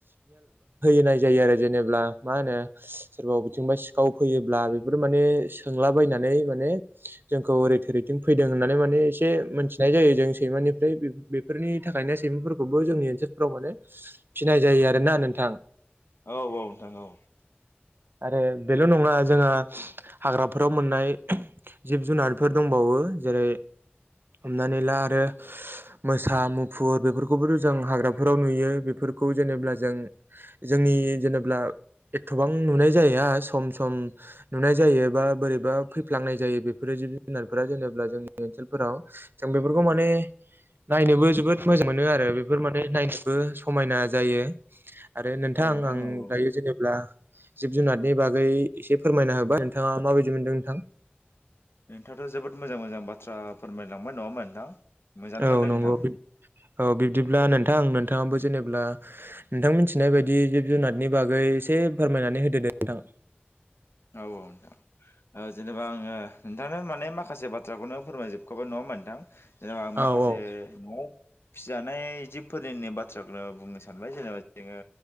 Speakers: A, on the right; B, on the left.
A: होननाय जायो आरो जेनेबा मा होनो सोरबा अबेथिंबा सिखाव फैयोब्ला बे माने सोंलाबायनानै माने जोंखौ ओरै थरैथिं फै- होननानै माने एसे मिथिनाय जायो जों सैमानिफ्राय बेफोरनि थाखायनो सैमाफोरखौबो जोंनि ओनसोलफोराव माने फिनाय जायो आरोना नोंथां।
B: औ औ नोंथां औ।
A: आरो बेल' नङा जोंहा हाग्राफोराव मोननाय जिब जुनारफोर दंबावो जेरै हमनानै ला आरो मोसा मुफुर बेफोरखौबोथ' जों हाग्राफोराव नुयो बेफोरखौ जेनेबा जों जोंनि जेनेब्ला एथबां नुनाय जाया सम सम नुनाय जायो बा बोरैबा फैफ्लांनाय जायो बेफोरो जिब जुनारफोरा जेनेब्ला जोंनि ओनसोलफोराव बेफोरखौ माने नायनोबो जोबोद मोजां मोनो आरो बेफोर माने नायनोबो समायना जायो आरो नोंथां
B: औ
A: आं
B: औ औ
A: दायो जेनेबा जिब जुनारनि बागै एसे फोरमायना होबाय बा नोंथाङा माबायदि मोनदों नोंथां
B: नोंथांयाथ' जोबोद मोजां मोजां बाथ्रा फोरमायलांबाय नङा होनबा नोंथां मोजाङानो
A: औ
B: मोनदों
A: नंगौ
B: नोंथां
A: औ बिब्दिब्ला नोंथां नोंथां नोंथाङाबो जेनेबा नोंथां मिथिनाय बायदि जिब जुनादनि बागै एसे फोरमायनानै होदो दे नोंथां
B: औ ओ नोंथां ओ जेनेबा आङो नोंथांनो माने माखासे बाथ्राखौनो फोरमायजोबखाबाय नङा होनबा नोंथां जेनेबा माखासे
A: औ औ
B: न'आव फिजानाय जिबफोरनि बाथ्राखौनो बुंनो सानबाय जेनेबा जोङो